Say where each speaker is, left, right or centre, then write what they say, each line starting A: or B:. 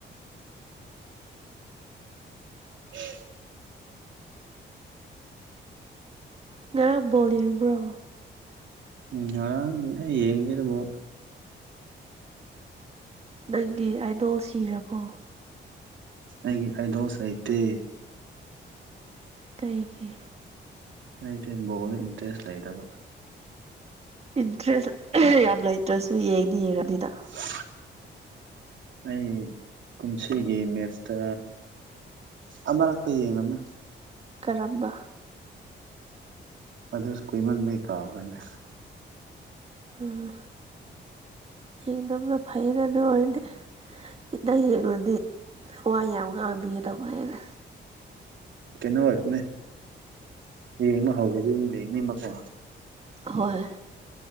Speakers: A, on the right (about 75°); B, on the right (about 35°).
A: ꯍ
B: ꯉꯔꯥꯡꯕꯣ ꯌꯦꯡꯕ꯭ꯔꯣ
A: ꯎꯝ ꯑꯔꯥꯡ ꯌꯦꯡꯕꯤꯗꯕꯣ
B: ꯅꯪꯒꯤ ꯑꯥꯏꯗꯣꯜ ꯁꯤꯔꯕꯣ
A: ꯑꯩꯒꯤ ꯑꯩꯗꯣꯁ ꯑꯥꯏꯇ
B: ꯀꯩꯒꯤ
A: ꯑꯩꯗꯤꯣꯠ ꯏꯟꯇꯔꯁꯇ ꯂꯩꯗꯕ
B: ꯏꯟꯇ꯭ꯔꯦꯁ ꯌꯥꯝ ꯂꯩꯇ꯭ꯔꯁꯨ ꯌꯦꯡꯅꯤ ꯌꯦꯡꯅꯤꯗ
A: ꯎ ꯑꯩ ꯀꯨꯝꯁꯤꯒꯤ ꯃꯦꯇ ꯑꯃꯔꯛꯇ ꯌꯦꯡꯝꯃ
B: ꯀꯔꯝꯕ
A: ꯑꯗꯨꯁꯨ ꯀꯨꯏꯃꯟ ꯀꯩ ꯀꯥꯈ꯭ꯔꯦꯅꯦ
B: ꯎꯝ ꯌꯦꯡꯗꯕꯗꯣ ꯐꯩꯌꯦꯅ ꯑꯗꯨ ꯑꯣꯏꯔꯗꯤ ꯏꯅꯪ ꯌꯦꯛꯂꯗꯤ ꯋꯥꯋꯥ ꯌꯥꯝ ꯉꯥꯡꯗ ꯃꯤꯕꯤꯗꯋꯥꯥꯏꯅ
A: ꯀꯩꯅꯣ ꯑꯣꯏꯔꯔꯕꯅꯦ ꯌꯦꯡꯕ ꯍꯧꯈꯦꯗꯤ ꯑꯗꯨꯝ ꯌꯦꯡꯅꯤꯡ ꯃꯀꯣ
B: ꯍꯣꯏ